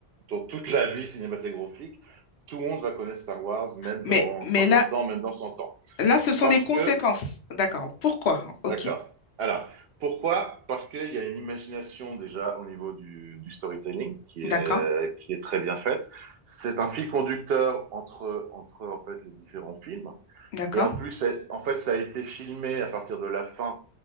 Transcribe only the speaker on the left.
Mais,
mais
là,
là, ce sont
des conséquences.
D'accord. Pourquoi?
Ok.
D'accord.
D'accord.